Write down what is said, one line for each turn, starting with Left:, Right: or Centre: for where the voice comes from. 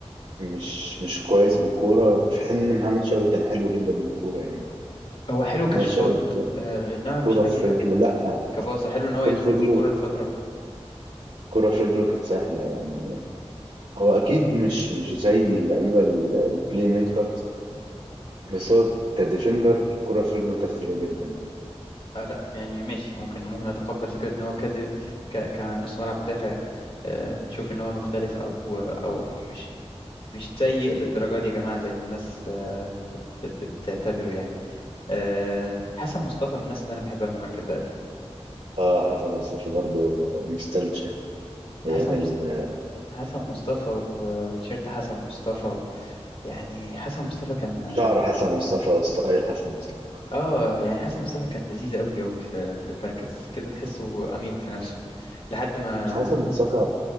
Right: مش مش كويس بالكورة في حين إن محمد شوقي كان حلو جدا بالكورة يعني
Left: هو حلو
Right: محمد
Left: كشوطات
Right: شوقي
Left: آه، إنما مش
Right: كورة
Left: حلو
Right: في
Left: ك
Right: رجله لأ
Left: كباصة حلو إن
Right: الكورة
Left: هو يدخل
Right: في رجله
Left: بالكرة لفترة
Right: الكورة في رجله كانت سهلة يعني هو اكيد مش مش زي اللعيبه ال- البلاي ميكرز بس هو كديفندر الكرة في رجله كانت حلوه جدا
Left: آه لا يعني ماشي ممكن ممكن أتقبل فكرة إن هو كد ك... كنص ملعب مدافع آه، تشوف إن هو مختلف أو أو مش مش سيء للدرجة دي يا جماعة زي ما الناس آه، بت... بتعتبره يعني آه، حسن مصطفى من الناس اللي أنا بحبها في المركز ده أوي
Right: اه حسن مصطفى برضو نوستالجيا ايام
Left: حسن
Right: ال-
Left: حسن مصطفى و- وتيشيرت حسن مصطفى و... يعني حسن مصطفى كان
Right: شعر حسن مصطفى وستايل حسن مصطفى
Left: اه آه، يعني حسن مصطفى كان لذيذ قوي قوي في... في المركز كده تحسه أنيق في نفسه لحد ما
Right: حسن مصطفى